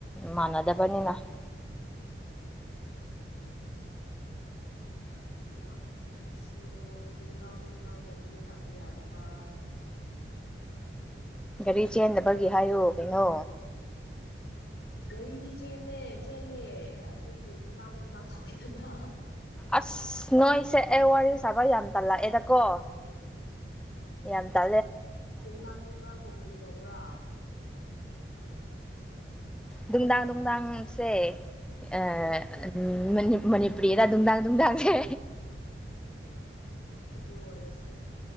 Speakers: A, in the centre; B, on the left.
A: ꯃꯥꯟꯅꯗꯕꯅꯤꯅ <inaudible>
B: ꯂꯥꯛꯅꯤꯉꯥꯏꯁꯨ ꯅꯨꯡꯗꯥꯡ ꯅꯨꯡꯗꯥꯡ ꯇꯧꯕꯒꯤ ꯂꯥꯛꯄ ꯌꯥꯗꯕ
A: ꯒꯥꯔꯤ ꯆꯦꯟꯗꯕꯒꯤ ꯍꯥꯏꯌꯨ ꯀꯩꯅꯣ
B: ꯒꯥꯔꯤꯗꯤ ꯆꯦꯟꯂꯦ ꯆꯦꯜꯂꯦ ꯑꯗꯨꯕꯨ ꯅꯨꯡꯗꯥꯡ ꯅꯨꯡꯗꯥꯡ ꯇꯧꯋꯦꯗꯅ
A: ꯑꯁ ꯅꯣꯏꯁꯦ ꯑꯩ ꯋꯥꯔꯤ ꯁꯥꯕ ꯌꯥꯝ ꯇꯥꯜꯂꯛꯑꯦꯗꯀꯣ ꯌꯥꯝ ꯇ
B: ꯅꯨꯡꯗꯥꯡ ꯅꯨꯡꯗꯥꯡ ꯃꯨꯒꯔꯤ ꯇꯧꯕ꯭ꯔꯥ
A: ꯅꯨꯡꯗꯥꯡ ꯅꯨꯡꯗꯥꯡꯁꯦ ꯑ ꯎꯝ ꯃꯅꯤ ꯃꯅꯤꯄꯨꯔꯤꯗ ꯗꯥꯥꯡ ꯗꯥꯥꯡꯒ
B: ꯑꯗꯨ ꯑꯣꯏꯔꯁꯨ